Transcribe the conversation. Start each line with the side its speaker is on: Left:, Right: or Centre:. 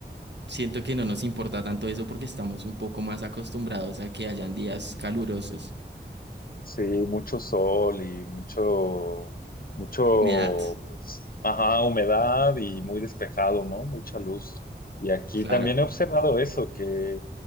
Right: siento que no nos importa tanto eso porque estamos un poco más acostumbrados a que hayan días calurosos,
Left: Sí, mucho sol y mucho, mucho,
Right: humedad,
Left: pues, ajá, humedad y muy despejado, ¿no? Mucha luz. Y aquí
Right: claro.
Left: también he observado eso, que